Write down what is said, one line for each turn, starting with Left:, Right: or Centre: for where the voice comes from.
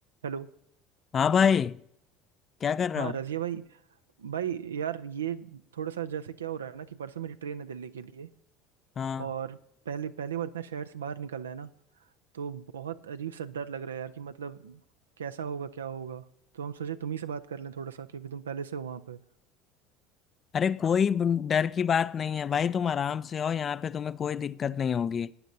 Right: Hello
Left: हाँ भाई क्या कर रहे
Right: हाँ
Left: हो
Right: रजिया भाई भाई यार ये थोड़ा सा जैसे क्या हो रहा है ना कि परसों मेरी ट्रेन है दिल्ली के लिए
Left: हाँ
Right: और पहले पहली बार इतना शहर से बाहर निकल रहा है ना तो बहुत अजीब सा डर लग रहा है यार कि मतलब कैसा होगा क्या होगा तो हम सोचे तुम ही से बात कर लें थोड़ा सा क्योंकि तुम पहले से हो वहाँ पे
Left: अरे कोई ब- डर की बात नहीं है भाई तुम आराम से हो यहाँ पे तुम्हें कोई दिक्कत नहीं होगी